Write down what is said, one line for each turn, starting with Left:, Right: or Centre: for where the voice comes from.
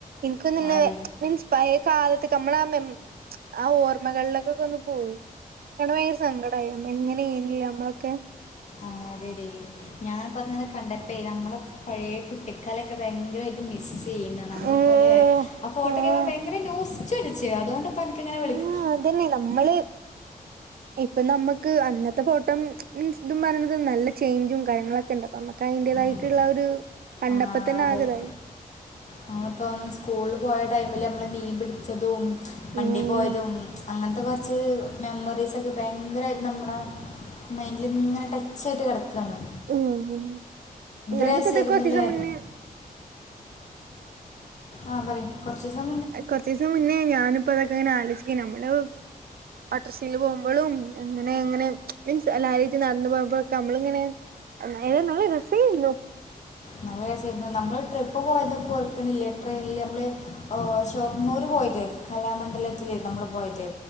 Right: എനിക്ക് നിന്നെ
Left: ആടി
Right: മീൻസ് പഴയ- കാലത്ത നമ്മള ആ മെമ്മ ആ ഓർമ്മകളിലൊക്കൊക്കെ ഒന്ന് പോയി അപ്പോ ഭയങ്കര സങ്കടമായി നമ്മ എങ്ങനെ ആയിരുന്നൂല്ലേ നമ്മളൊക്കെ-
Left: ആഹ് അതെടി ഞാനിപ്പോ അത് അങ്ങനെ കണ്ടട്ടേ നമ്മളെ പഴയ കുട്ടിക്കാലെക്കെ ഭയങ്കരമായിട്ട് മിസ്സ്- പിന്നെ നമ്മൾ
Right: ഓഹ്
Left: പോലെ- ആ ഫോട്ടോ
Right: ആഹ്
Left: ഒക്കെ ഭയങ്കര നൊസ്റ്റു അടിച്ചു അതുകൊണ്ടപന്ക്ക് ഇങ്ങനെ വിളിക്ക
Right: ആ അത് ന്നെ നമ്മള് ഇപ്പൊ നമ്മുക്ക് അന്നത്തെ ഫോട്ടം- മീൻസ് ഇതും പറയുന്നത് നല്ല ചേഞ്ചും കാര്യങ്ങളൊക്കെ ഉണ്ട് അപ്പ നമ്മക്ക് അതിന്റേതായിട്ടുള്ള
Left: ആഹ്
Right: ഒരു കണ്ടപ്പ
Left: ആഹ്
Right: തന്നെ
Left: അതെ
Right: ആകെതായി-
Left: നമ്മളിപ്പം സ്കൂളിൽ പോയ ടൈമിൽ നമ്മൾ മീൻ പിടിച്ചതും- വണ്ടി
Right: ആഹ്
Left: പോയതും അങ്ങനെ- അത്തെ കൊറച്ച് മെമ്മറീസൊക്കെ ഭയങ്കരമായിട്ട് നമ്മുടെ മൈൻഡിൽങ്ങനെ ടച്ചായിട്ട് കെടക്ക്യാണ്-
Right: മ് ആഹ് ഹാ- ഞാനിപ്പോതൊക്കെ
Left: രസമായിരുന്നു
Right: കുറച്ചീസം
Left: അല്ലേ
Right: മുന്നേ
Left: ആ പറയ് കൊറച്ചീസം
Right: കൊറച്ചീസം മുന്നേ ഞാനിപ്പോ അതൊക്കെ ഇങ്ങനെ ആലോചിക്കേനു നമ്മള് ഓട്ടോർക്ഷീൽ പോകുമ്പോഴും എങ്ങനെ' അങ്ങനെ മീൻസ് എല്ലാരേറ്റ് നടന്ന് പോകുമ്പോക്കെ നമ്മള് ഇങ്ങനെ എന്തായാലും നല്ല രസയ്ന്നു.
Left: നല്ല രസായിരുന്നു നമ്മൾ ട്രിപ്പ് പോയതൊക്കെ ഓർക്കണ്ടില്ലേ ട്രെയിനിൽ നമ്മൾ ഷൊർണ്ണൂർ പോയത് കലാ മണ്ഡലത്തില് നമ്മള് പോയത്